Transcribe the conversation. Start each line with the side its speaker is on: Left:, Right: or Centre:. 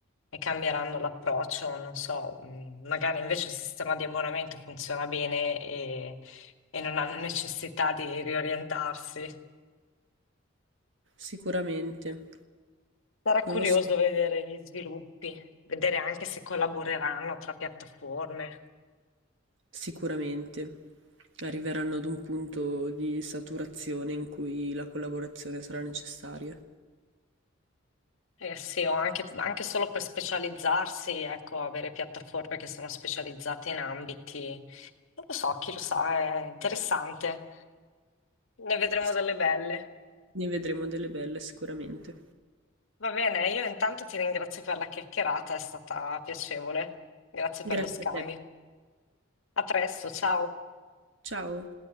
Left: e cambieranno l'approccio, non so, mm, magari invece il sistema di abbonamento funziona bene e, e non hanno necessità di riorientarsi.
Right: Sicuramente,
Left: Sarà curioso
Right: non lo so,
Left: vedere gli sviluppi, vedere anche se collaboreranno tra piattaforme.
Right: sicuramente arriveranno ad un punto di saturazione in cui la collaborazione sarà necessaria.
Left: Eh sì, o anche, anche solo per specializzarsi, ecco, avere piattaforme che sono specializzate in ambiti. Non lo so, chi lo sa, è interessante. Ne vedremo
Right: Sì.
Left: delle belle.
Right: Ne vedremo delle belle sicuramente.
Left: Va bene, io intanto ti ringrazio per la chiacchierata, è stata piacevole. Grazie
Right: Grazie
Left: per lo scambio.
Right: a te.
Left: A presto, ciao.
Right: Ciao.